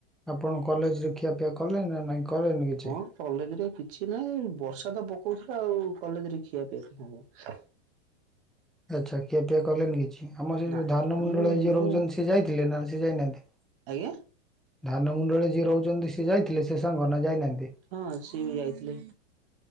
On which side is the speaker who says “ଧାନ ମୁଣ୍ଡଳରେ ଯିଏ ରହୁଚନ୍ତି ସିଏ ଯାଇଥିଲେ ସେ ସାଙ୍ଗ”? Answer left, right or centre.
Centre